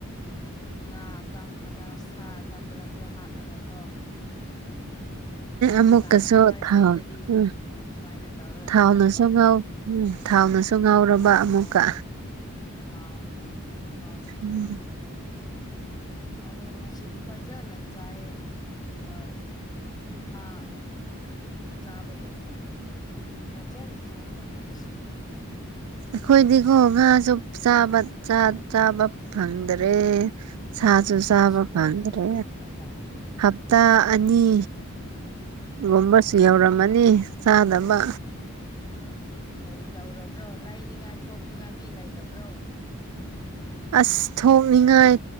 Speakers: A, on the left; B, on the right.
A: ꯉꯥ ꯑꯀꯪꯕꯔ ꯁꯥ ꯑꯀꯪꯕꯔꯥ ꯈꯔ ꯍꯥꯞꯂꯒ ꯀꯣ <unintelligible> ꯐꯥꯔꯁ
B: ꯑꯃꯨꯛꯀꯁꯨ
A: ꯇꯥꯏꯝ ꯐꯥꯔꯁ
B: ꯊꯥꯎ
A: ꯗꯦꯗꯗꯤ
B: ꯎꯝ
A: ꯁꯨꯃꯥꯏꯅ ꯇꯧꯔꯒ
B: ꯊꯥꯎꯅꯁꯨ
A: ꯆꯥꯕ
B: ꯉꯧ ꯎꯝ ꯊꯥꯎꯅꯁꯨ ꯉꯥꯎꯔꯕ ꯑꯃꯨꯛꯀ
A: ꯍꯣꯏ ꯊꯥꯎꯅ ꯉꯧꯒꯗꯕꯅꯤꯅꯦ
B: ꯎꯝ
A: ꯍꯥꯎꯋꯦ ꯉꯁꯤꯗꯤ ꯐꯖꯅ ꯆꯥꯏꯌꯦ ꯉꯥ <unintelligible> ꯆꯥꯛ ꯐꯕ ꯍꯦꯟꯅ ꯐꯖꯅ ꯆꯥꯈ꯭ꯔꯕꯅꯤ ꯉꯁꯤꯗꯤ
B: ꯑꯩꯈꯣꯏꯗꯤꯀꯣ ꯉꯥꯁꯨ ꯆꯥꯕ ꯆꯥꯕ ꯐꯪꯗ꯭ꯔꯦ ꯁꯥꯁꯨ
A: ꯏꯟꯇꯔꯦꯁꯁꯨ
B: ꯆꯥꯕ ꯐꯪꯗ꯭ꯔꯦ
A: ꯂꯩꯇ꯭ꯔꯦꯅꯦ ꯍꯟꯗꯛꯀ
B: ꯍꯥꯞꯇꯥ ꯑꯅꯤ ꯒꯨꯝꯕꯁꯨ ꯌꯧꯔꯝꯃꯅꯤ ꯆꯥꯗꯅꯕ
A: ꯀꯔꯤ ꯇꯧꯔꯕ꯭ꯔꯣ ꯂꯩꯅꯤꯡꯉꯥꯏ ꯊꯣꯛꯅꯤꯡꯉꯥꯏ ꯃꯤ ꯂꯩꯇꯕ꯭ꯔꯣ
B: ꯑꯁ ꯊꯣꯛꯅꯤꯡꯉꯥꯏ